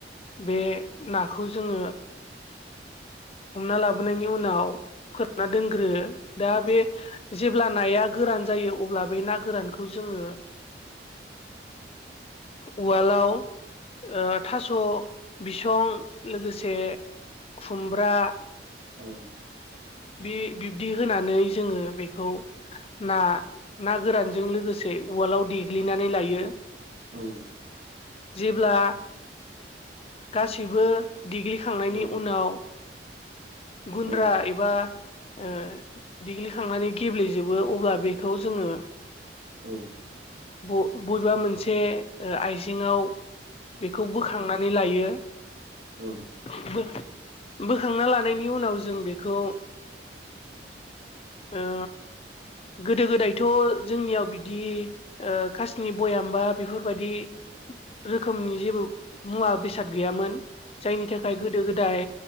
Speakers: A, on the left (about 35°); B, on the right (about 85°).
A: बे नाखौ जोंङो हमना लाबोनायनि उनाव फोरानना दोनग्रोयो दा बे जेब्ला नाया गोरान जायो अब्ला बे ना गोरानखौ जोंङो उवालाव ओ थास' बिसं लोगोसे खुमब्रा
B: औ
A: बे बिब्दि होनानै जोंङो बेखौ ना ना गोरानजों लोगोसे उवालाव देग्लिनानै लायो।
B: औ
A: जेब्ला गासैबो ओ डिग्लिखांनायनि
B: औ
A: उनाव गुनद्रा
B: औ
A: एबा ओ दिडिग्लिखांनानै गेब्लेजोबो अब्ला बेखौ जोंङो
B: औ
A: ओ बबेबा मोनसे आइजेंङाव बेखौ बोखांनानै लायो।
B: औ
A: <unintelligible> देखांना लानायनि उनाव जों बेखौ ओ गोदो गोदायथ' जोंनियाव बिदि ओ कासनि बयाम बा बेफोरबायदि रोखोमनि जेबो मुवा बेसाद गैयामोन जायनि थाखाय गोदो गोदाय